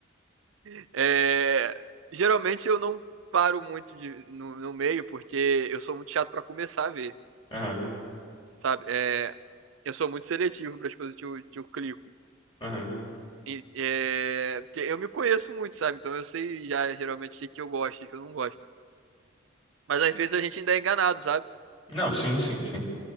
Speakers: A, on the right (about 70°); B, on the left (about 25°).
A: <laughs> é, geralmente eu não paro muito de- no, no meio porque eu sou muito chato pra começar a ver,
B: Aham,
A: sabe? É, eu sou muito seletivo para as coisas que eu, que eu clico.
B: aham.
A: E, é, porque eu me conheço muito, sabe? Então eu sei já geralmente o que que eu gosto e o que eu não gosto. Mas às vezes a gente ainda é enganado, sabe?
B: Não, sim, sim, sim.